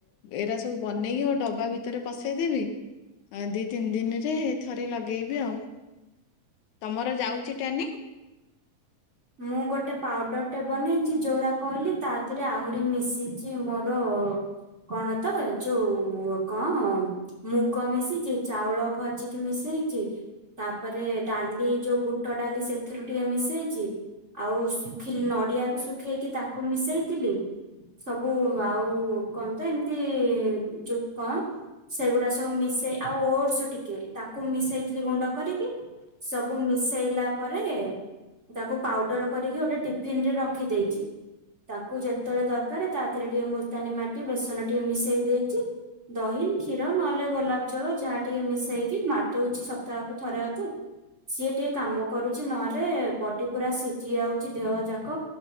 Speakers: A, on the left; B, on the right.
A: ଏଇରା ସବୁ ବନେଇକି ଡବା ଭିତରେ ପସେଇଦେବି ଆ ଦି ତିନି ଦିନରେ ଥରେ ଲଗେଇବି ଆଉ। ତମର ଯାଉଛି ଟ୍ୟାନିଂ?
B: ମୁଁ ଗୋଟେ ପାଉଡରଟେ ବନେଇଚି ଯୋଉରା କହିଲି ତା ସେଥିରେ ଆହୁରି ମିଶିଚି ମୋର କଣ ତ ଯୋଉ କଁ ମୁଗ ମିଶିଚି, ଚାଉଳ ଭଜିକି ମିଶେଇଚି। ତାପରେ ଡାଲି ଯୋଉ ବୁଟ ଡାଲି ସେଥିରୁ ଟିକେ ମିଶ ଇଚି, ଆଉ ଶୁଖି ନଡିଆକୁ ଶୁଖେଇକି ତା କୁ ମିଶେଇଥିଲି ସବୁ ଆଉ କଁ ତ ଏମିତି ଯୋଉ କଁ ସେଗୁରା ସବୁ ମିଶେଇ ଆଉ ୱର୍ଡସ ଟିକେ ତାକୁ ମିଶେଇଥିଲି ଗୁଣ୍ଡ କରିକି, ସବୁ ମିଶେଇଲା ପରେ ତାକୁ ପାଉଡର କରିକି ଗୋଟେ ଟିଫିନରେ ରଖିଦେଇଚି। ତାକୁ ଯେତେବେଳେ ଦରକାର ତା ଧେରେ ଟିକେ ମୁଲତାନୀ ମାଟି, ବେସନ ଟିକେ ମିଶେଇ ଦେଇଚି। ଦହି, କ୍ଷୀର ନହେଲେ ଗୋଲାପ ଜଳ ଯାହା ଟିକେ ମିଶେଇକି ମାରିଦଉଚି ସପ୍ତାହକୁ ଥରେ ଅଧେ ସିଏ ଟିକେ କାମ କରୁଚି ନହେଲେ ବଡି ପୁରା ସିଝି ଯାଉଚି ଦେହ ଯାକ